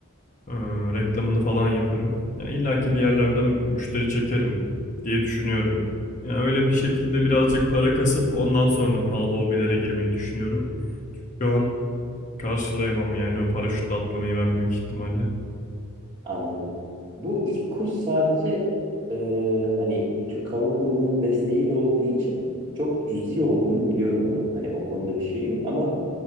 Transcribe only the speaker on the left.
Ee, reklamını falan yaparım. Ya İlla ki bir yerlerde müşteri çekerim diye düşünüyorum. Yani öyle bir şekilde birazcık para kasıp ondan sonra pahalı hobilere girmeyi düşünüyorum. Çünkü şu an karşılayamam yani o paraşütle atlamayı ben büyük ihtimalle.